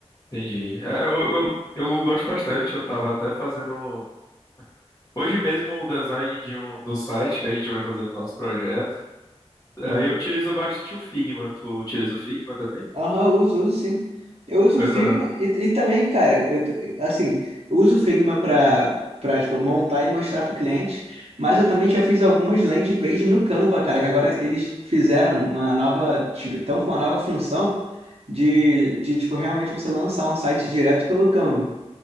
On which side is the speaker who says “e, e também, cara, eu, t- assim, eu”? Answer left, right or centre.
Right